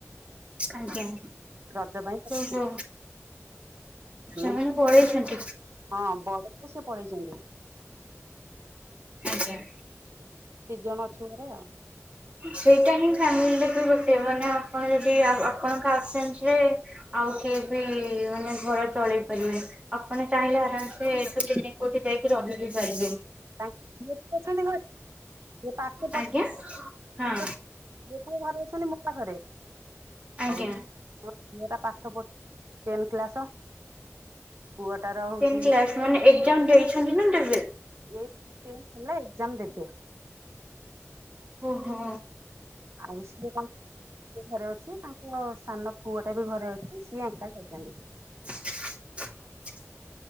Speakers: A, on the right; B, on the right.
A: ଆଜ୍ଞା।
B: ରଜ ପାଇଁ
A: ଓହୋ
B: ଆମେ
A: ସେମାନେ ପଳେଇଛନ୍ତି।
B: ହଁ ବଡ ତ ସେ ପଳେଇଚନ୍ତି।
A: ଆଜ୍ଞା।
B: ଦି ଜଣ ଅଛୁ ଘରେ ଆଉ।
A: ସେଇଟା ହିଁ ଫ୍ୟାମିଲିରେ ବି ଗୋଟେ ମାନେ ଆପଣ ଯଦି ଆପଣଙ୍କ ଅପ୍ସେଣ୍ଡ୍ ରେ ଆଉ କିଏ ବି ମାନେ ଘର ଚଳେଇ ପାରିବେ। ଆପଣ ଚାହିଁଲେ ଆରାମସେ ଦି ଦିନ କୋଉଠି ଯାଇକି ରହି ବିି ପାରିବେ।
B: ତାଙ୍କ ଗ୍ରୁପ୍ ରେ ଅଛନ୍ତି କହିଲେ ମୁ ତାଙ୍କୁ ପଠେ
A: ଆଜ୍ଞା।
B: <unintelligible>
A: ହଁ
B: ଦିପୁ ଘରେ ଅଛନ୍ତି ମୁ ତ ଘରେ
A: ଆଜ୍ଞା
B: ଆଉ ଚି ପୁଣି ସିଏ ତା ପା ପାଠ ପ ଟେନ୍ କ୍ଲାସ ପୁଅଟାର ହଉଛି
A: ଟେନ୍ କ୍ଲାସ ମାନେ ଏକ୍ଜାମ ଦେଇଛନ୍ତି ନା ଦେବେ?
B: ଏଇ ଟେନ ହେଲା ଏକ୍ଜାମ ଦେବେ।
A: ଓ ହୋ।
B: ଆଉ ସିଏ କନ ସିଏ ଘରେ ଅଛି ତାଙ୍କ ସାନ ପୁଅ ଟା ବି ଘରେ ଅଛି ସିଏ ଏଙ୍କା ଯାଇଚନ୍ତି।
A: <inaudible>